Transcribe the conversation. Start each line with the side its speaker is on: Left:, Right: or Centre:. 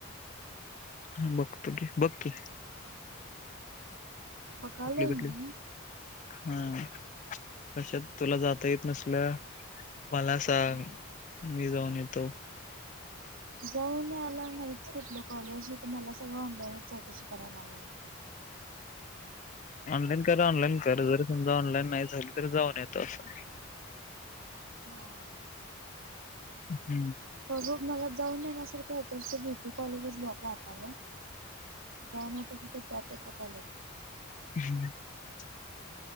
Left: हा बघतो की बघ की.
Right: बघालोय
Left: कुठले कुठले
Right: मी.
Left: हा कशात तुला जाता येत नसल. मला सांग
Right: हा
Left: मी जाऊन येतो.
Right: जाऊन नाहीच आला कुठलं कॉलेज मला सगळं ऑनलाईन चौकशी करायला लावलाय.
Left: ऑनलाईन कर ऑनलाईन कर जरी समजा ऑनलाईन नाही झाली तरी जाऊन येत असं.
Right: हा.
Left: हम्म.
Right: बघू मला जाऊन येण्या सारखंय का इथे बीपी कॉलेजला जाते आता मी. जाऊन येतो तिथं त्याच एका कॉलेजला.
Left: <inaudible>